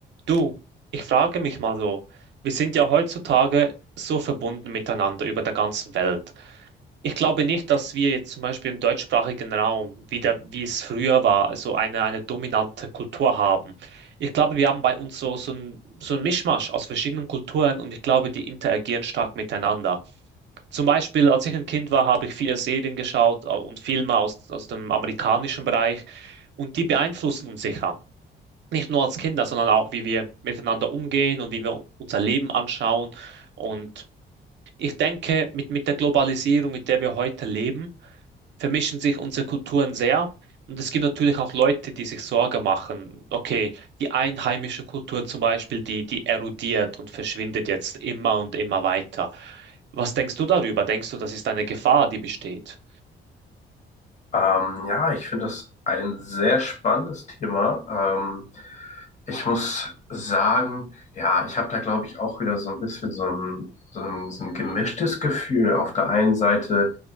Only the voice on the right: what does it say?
Du, ich frage mich mal so, wir sind ja heutzutage so verbunden miteinander über der ganzen Welt. Ich glaube nicht, dass wir jetzt zum Beispiel im deutschsprachigen Raum, wieder wie es früher war, so eine, eine dominante Kultur haben. Ich glaube, wir haben bei uns so, so ein, so ein Mischmasch aus verschiedenen Kulturen und ich glaube, die interagieren stark miteinander. Zum Beispiel, als ich ein Kind war, habe ich viele Serien geschaut äh, und Filme aus, aus dem amerikanischen Bereich und die beeinflussen uns sicher nicht nur als Kinder, sondern auch, wie wir miteinander umgehen und wie wir unser Leben anschauen. Und ich denke, mit, mit der Globalisierung, mit der wir heute leben, vermischen sich unsere Kulturen sehr. Und es gibt natürlich auch Leute, die sich Sorge machen. Okay, die einheimische Kultur zum Beispiel, die, die erodiert und verschwindet jetzt immer und immer weiter. Was denkst du darüber? Denkst du, das ist eine Gefahr, die besteht?